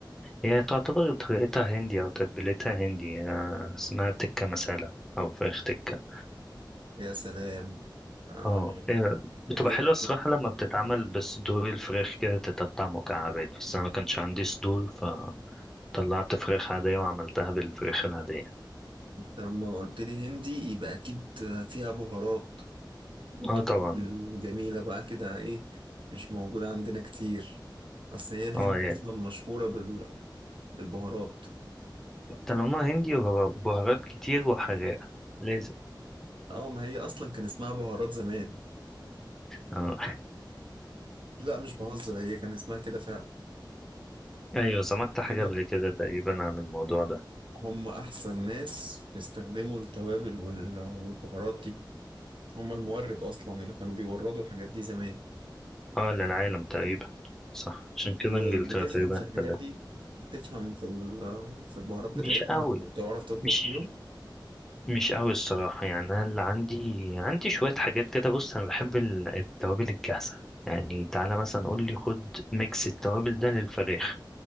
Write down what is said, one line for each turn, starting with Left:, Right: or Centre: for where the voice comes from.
Centre: هي تعتبر طريقتها هندي او تتبيلتها هندي آه، اسمها تكه مسالة او فراخ تكه
Right: يا سلام آه
Centre: اه آه، بتبقى
Right: الهند
Centre: حلوه الصراحه لما بتتعمل بصدور الفراخ كده تتقطع مكعبات بس انا ما كانش عندي صدور فطلعت فراخ عاديه وعملتها بالفراخ العاديه
Right: أنت لما قلت لي هندي يبقى اكيد فيها بهارات وتوابل
Centre: اه طبعا
Right: جميله بقى كده ايه مش موجوده عندنا كتير اصل هي الهند
Centre: اه يعني
Right: اصلا مشهوره بال... بالبهارات
Centre: طالما هندي وبهارات كتير وحراقه لازم
Right: اه ما هي اصلا كان اسمها بهارات زمان
Centre: اه
Right: لا مش بهزر هي كان اسمها كده فعلا
Centre: ايوه سمعت حاجة
Right: كده
Centre: قبل كده تقريبا عن الموضوع ده
Right: هم احسن ناس بيستخدموا التوابل وال... والبهارات دي هم المورد اصلا اللي كانوا بيوردوا الحاجات دي زمان
Centre: اه للعالم تقريبا صح عشان كده
Right: ب-
Centre: انجلترا
Right: بتفهم
Centre: تقريبا
Right: في
Centre: احتلت
Right: الحاجات دي بتفهم في ال- في البهارات بتاعتهم
Centre: مش قوي
Right: بتعرف تطبخ
Centre: مش
Right: بيهم
Centre: مش قوي الصراحة يعني انا اللي عندي عندي شوية حاجات كده بص انا بحب ال- التوابل الجاهزة يعني تعالى مثلا قول لي خد ميكس التوابل ده للفراخ